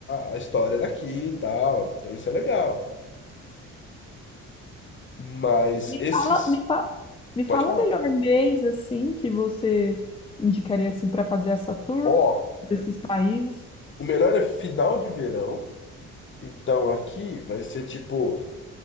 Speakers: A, on the left; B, on the left.
A: a a história daqui e tal. Então isso é legal. Mas
B: Me
A: esses.
B: fala, me fa... me fala
A: Pode falar.
B: o melhor mês assim que você indicaria assim para fazer essa tour
A: Ó,
B: desses países.
A: o melhor é final de verão. Então aqui vai ser tipo.